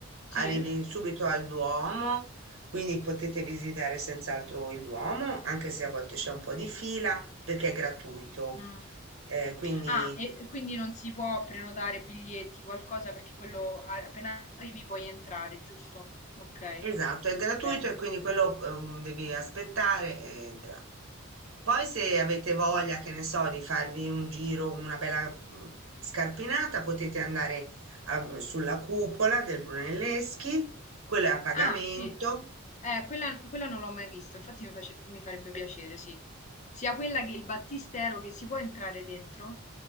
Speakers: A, on the right; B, on the left.
A: arrivi
B: Sì?
A: subito al Duomo, quindi potete visitare senz'altro il Duomo, anche se a volte c'è un po' di fila perché è gratuito.
B: Mm.
A: Eh, quindi
B: Ah, e e quindi non si può prenotare biglietti, qualcosa, perché quello a- appena arrivi puoi entrare, giusto? Ok,
A: Esatto, è gratuito
B: bene.
A: e quindi quello ehm, devi aspettare e entra. Poi se avete voglia, che ne so, di farvi un giro, una bella mm, scarpinata, potete andare a- sulla cupola del Brunelleschi, quello è a pagamento.
B: Ah, sì. Eh, quella, quella non l'ho mai vista, infatti mi, face- mi farebbe piacere, sì. Sia quella che il battistero, che si può entrare dentro